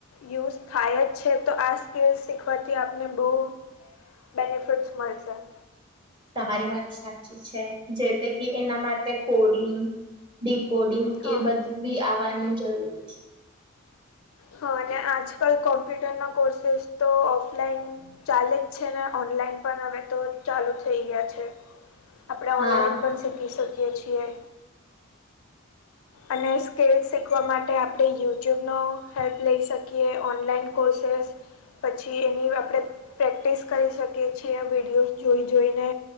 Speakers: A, on the left; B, on the right.
A: યુઝ થાય જ છે તો આ સ્કીલ શીખવાથી આપને બઉ બેનિફિટસ મળશે.
B: તમારી વાત સાચી છે જેમતે કે એના માટે કોડિંગ ડીકોડિંગ
A: હા
B: એ બધું બી આવવાનું જરૂરી છે.
A: હા અને આજકાલ કોમ્પ્યુટર ના કોર્સેસ તો ઓફલાઈન ચાલે જ છે ને ઓનલાઈન પણ હવે તો ચાલુ થઈ ગયા છે આપણે
B: હા
A: ઓનલાઈન પણ શીખી શકીએ છીએ અને સ્કીલસ શીખવા માટે આપણે યુટ્યુબનો હેલ્પ લઈ શકીએ ઓનલાઈન કોર્સેસ પછી એની આપણે પ્રેક્ટિસ કરી શકીએ છીએ વિડીયો જોઈ જોઈને